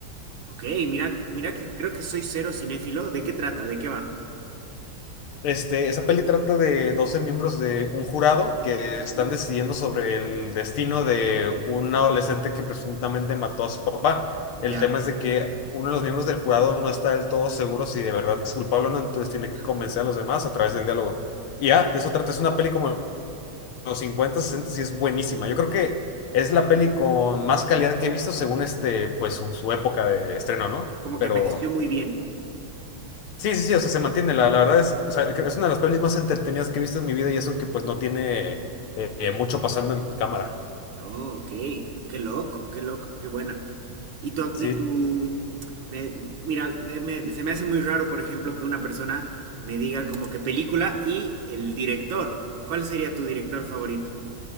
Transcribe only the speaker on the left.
Este, esa peli trata de doce miembros de un jurado que están
decidiendo sobre el destino de un adolescente que presuntamente mató a su papá.
El tema es de que uno de los miembros del jurado no está del todo seguro si de verdad es culpable o no, entonces tiene que
convencer a los demás a través del diálogo. Y ya, de eso trata. Es una peli como los 50 60 sí es buenísima. Yo creo que es la peli con más calidad que he visto según este, pues su, su época de estreno, ¿no?
Pero
sí, sí, sí, o sea, se mantiene. La, la verdad es, o sea, es una de las pelis más entretenidas que he visto en mi vida y eso que pues no tiene eh, eh, mucho pasando en cámara.
Sí.